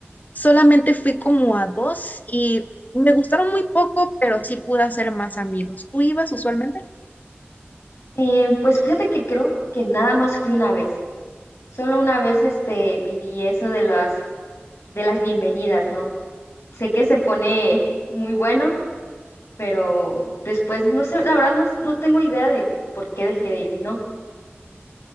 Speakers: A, on the left; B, on the left.
A: Solamente fui como a dos y me gustaron muy poco, pero sí pude hacer más amigos. ¿Tú ibas usualmente?
B: Eh, pues fíjate que creo que nada más fui una vez. Solo una vez, este, viví eso de las, de las bienvenidas, ¿no? Sé que se pone muy bueno, pero después, no sé, la verdad no, no tengo idea de por qué dejé de ir, ¿no?